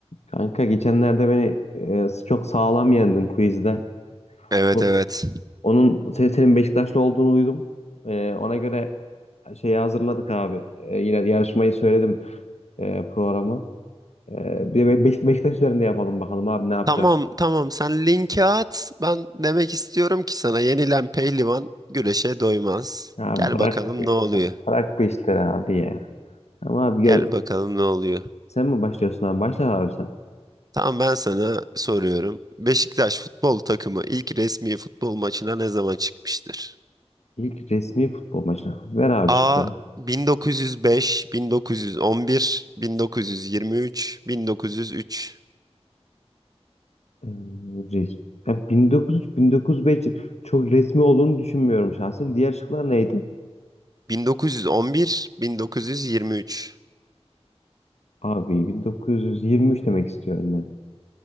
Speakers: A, on the left (about 75°); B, on the right (about 35°).
A: Kanka geçenlerde beni e, çok sağlam yendin quizde.
B: Evet
A: O-
B: evet.
A: Onun senin, senin Beşiktaşlı olduğunu duydum. E, ona göre şeyi hazırladık abi. E, yine yarışmayı söyledim e, programı. E, bir de Beş- Beşiktaş üzerinde yapalım bakalım abi ne yapacaksın?
B: Tamam tamam sen linki at. Ben demek istiyorum ki sana yenilen pehlivan güreşe doymaz.
A: Ya
B: Gel
A: bırak
B: bakalım ne oluyor.
A: bırak bu işleri abi ya. Ama abi yo-
B: Gel bakalım ne oluyor.
A: sen mi başlıyorsun abi? Başla abi sen.
B: Tamam ben sana soruyorum. Beşiktaş futbol takımı ilk resmi futbol maçına ne zaman çıkmıştır?
A: İlk resmi futbol maçına. Ver abi
B: A
A: şıkları.
B: 1905, 1911, 1923, 1903.
A: E, res- Ya 1903-1905 çok resmi olduğunu düşünmüyorum şahsen. Diğer şıklar neydi?
B: 1911, 1923.
A: Abi 1923 demek istiyorum ben.